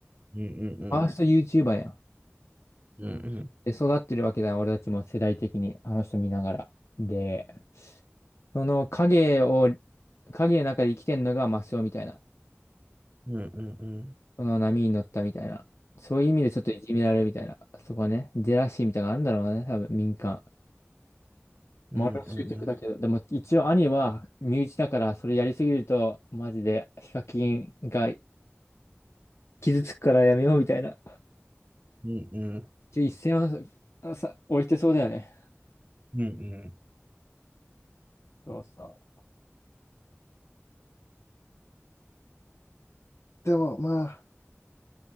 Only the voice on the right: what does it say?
うんうんうんうん。
うんうん
うんうんうん。
うんうんうん。
うんうん。
うんうん。